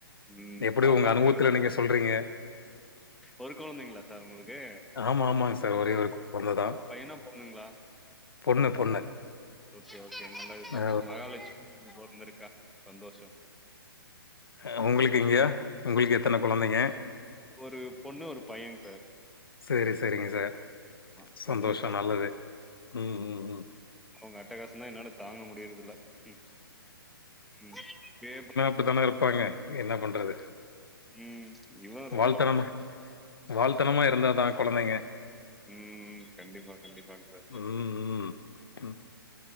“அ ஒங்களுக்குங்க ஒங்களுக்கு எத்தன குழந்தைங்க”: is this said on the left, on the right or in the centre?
Left